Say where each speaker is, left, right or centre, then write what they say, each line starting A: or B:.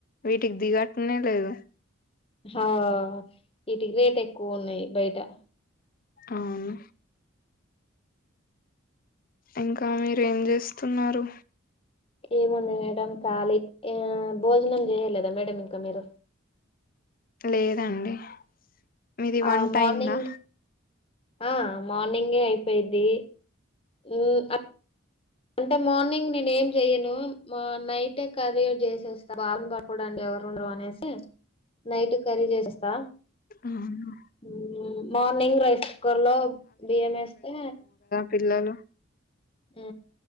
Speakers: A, on the left; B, on the left.
A: వీటికి దిగాట్నే లేదు
B: ఆ వీటికి రేట్ ఎక్కువ ఉన్నాయి బయటా
A: ఔను ఇంకా మీరేం చేస్తున్నారు
B: ఏముంది మేడం ఖాలీ ఏ భోజనం చేయలేదా మేడం ఇంకా మీరు
A: లేదండి మీది వంట
B: ఆ మార్నింగ్
A: అయ్యిందా
B: ఆ మార్నింగే అయిపోయిద్ది ఏ ఆ అంటే మార్నింగ్ నేను ఏం చెయ్యను మా నైటే కర్రీ చేసేస్తా బాబు పట్టకోడనికి ఎవరు ఉండరు అనేసి నైట్ కర్రీ చేసెస్తా
A: అవును.
B: ము.... ఊ మార్నింగ్ రైస్ కుక్కర్ లో బియ్యం ఏస్తే
A: పిల్లాలు
B: హ